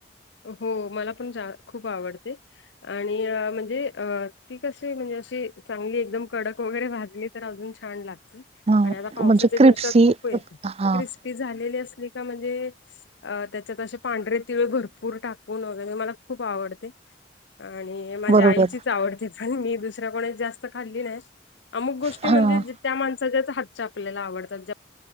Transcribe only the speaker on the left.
हो मला पण जा खूप आवडते. आणि म्हणजे अ ती कशी म्हणजे अशी चांगली एकदम कडक वगैरे भाजली. तर अजून छान लागत
आणि आता पावसाच्या
दिवसात खूप येते
क्रिस्पी. कि झालेली असली का म्हणजे त्याच्यात अस पांढरे तिळ भरपूर टाक. कुन वगैरे मला खूप आवडते. आणि माझ्या
आईचीच आवडते पण मी दुसऱ्या कोणी जास्त खाल्ली नाही. अमुक गोष्टी
म्हणजे त्या माणसाच्याच हातच्या आपल्याला आवडतात ज्या.